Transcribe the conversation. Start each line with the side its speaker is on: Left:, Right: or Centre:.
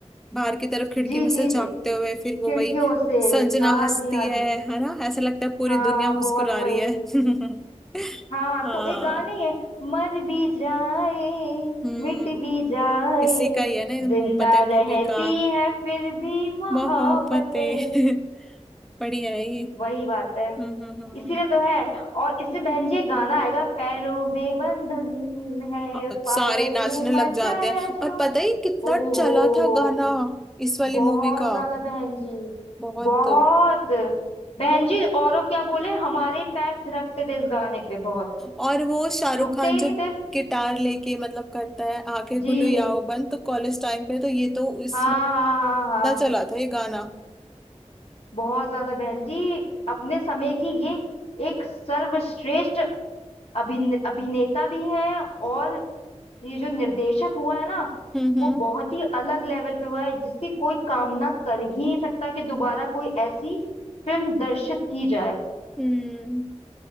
Centre: बाहर की तरफ खिड़की
Left: जी
Centre: में से
Left: जी
Centre: झांकते
Left: जी
Centre: हुए फिर वो
Left: खिड़कियों
Centre: वही
Left: से
Centre: संजना
Left: हाँ
Centre: हंसती
Left: जी हाँ जी
Centre: है है ना ऐसा लगता है पूरी
Left: हाँ
Centre: दुनिया मुस्कुरा
Left: बहुत वही
Centre: रही है <laughs>
Left: हाँ
Centre: हाँ
Left: तो एक गाना ही है मर भी जाए
Centre: हम्म
Left: मिट भी जाए
Centre: इसी का ही है ना ये मोहब्बतें
Left: जिंदा
Centre: मूवी
Left: रहती
Centre: का <laughs>
Left: है फिर भी मोहब्बतें
Centre: मोहब्बतें <laughs> बढ़िया है ये
Left: वही बात है
Centre: हम्म हम्म हम्म।
Left: इसीलिए तो है और इसमें बहन जी एक गाना आएगा पैरों में बंधन है
Centre: हाँ,
Left: पायल
Centre: सारे नाचने
Left: ने
Centre: लग
Left: मचाया
Centre: जाते हैं
Left: शोर
Centre: और पता ही कितना
Left: ओहो
Centre: चला था गाना इस वाली
Left: बहुत
Centre: मूवी का
Left: ज्यादा बहन जी
Centre: बहुत
Left: बहुत बहन जी औरों क्या बोले हमारे ही पैर थिरकते थे इस गाने पे बहुत
Centre: और वो शाहरुख
Left: रुकते
Centre: खान
Left: ही
Centre: जो
Left: नहीं थे
Centre: गिटार लेके मतलब करता है आंखें
Left: जी
Centre: खुलो या हो बंद तो कॉलेज टाइम पे तो ये तो इसमें
Left: हाँ हाँ
Centre: इतना
Left: हाँ हाँ
Centre: चला था ये गाना
Left: बहुत ज्यादा बहन जी अपने समय की ये एक सर्वश्रेष्ठ अभिन अभिनेता भी हैं और ये जो निर्देशक हुआ है ना
Centre: हम्म
Left: वो
Centre: हम्म
Left: बहुत ही अलग लेवल पे हुआ है जिसकी कोई कामना कर ही नहीं सकता कि दोबारा कोई ऐसी फिल्म दर्शित की जाए
Centre: हम्म